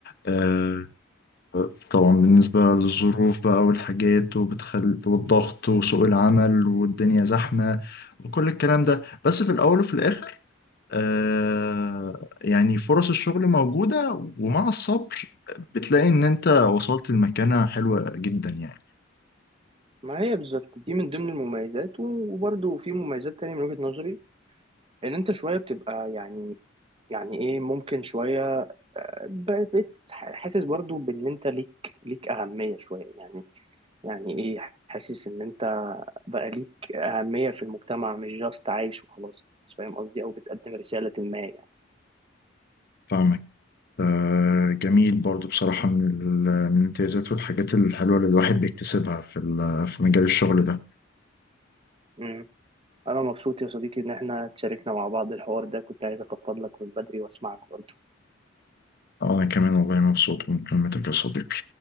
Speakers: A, on the left; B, on the right.
A: آه، طبعا بالنسبة للظروف بقى والحاجات وبتخل... والضغط وسوق العمل والدنيا زحمة وكل الكلام ده بس في الأول وفي الآخر آه يعني فرص الشغل موجودة ومع الصبر بتلاقي إن أنت وصلت لمكانة حلوة جدا يعني
B: ما هي بالظبط دي من ضمن المميزات و- وبرضه في مميزات تانية من وجهة نظري ان انت شوية بتبقى يعني يعني ايه ممكن شوية ب- بت- حاسس برضه بان انت ليك ليك اهمية شوية يعني يعني ايه حاسس ان انت بقى ليك اهمية في المجتمع مش جاست عايش وخلاص فاهم قصدي او بتقدم رسالة ما يعني
A: فاهمك آه جميل برضو بصراحة من ال- من الامتيازات والحاجات الحلوة اللي الواحد بيكتسبها في ال- في مجال الشغل ده
B: مم. انا مبسوط يا صديقي ان احنا تشاركنا مع بعض الحوار ده كنت عايز افضفض لك من بدري واسمعك برضه
A: أنا كمان والله مبسوط من كلمتك يا صديقي